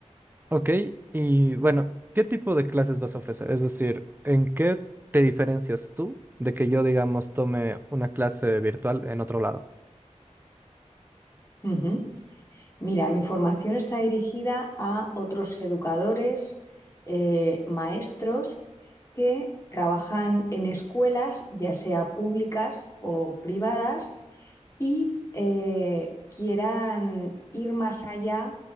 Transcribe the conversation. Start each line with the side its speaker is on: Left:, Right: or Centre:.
Right: ok, y bueno, ¿qué tipo de clases vas a ofrecer? Es decir, ¿en qué te diferencias tú de que yo, digamos, tome una clase virtual en otro lado?
Left: Ujú. Mira, mi formación está dirigida a otros educadores, eh, maestros que trabajan en escuelas, ya sea públicas o privadas, y eh, quieran ir más allá